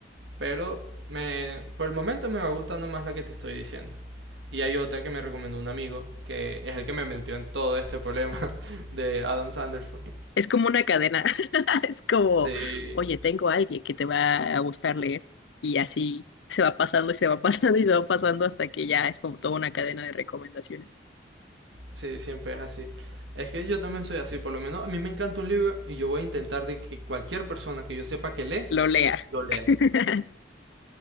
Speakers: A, on the right (about 80°); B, on the left (about 75°).
A: Pero me, por el momento me va gustando más la que te estoy diciendo. Y hay otra que me recomendó un amigo, que es el que me metió en todo este problema <laughs> de Adam Sanderson.
B: Es como una cadena. <laughs> Es como,
A: Sí,
B: oye, tengo a alguien que te va a gustar leer. Y así se va pasando y se va <laughs> pasando y se va pasando hasta que ya es como toda una cadena de recomendaciones.
A: sí, siempre es así. Es que yo también soy así, por lo menos a mí me encanta un libro y yo voy a intentar de que cualquier persona que yo sepa que lee,
B: Lo lea,
A: lo lea.
B: <laughs>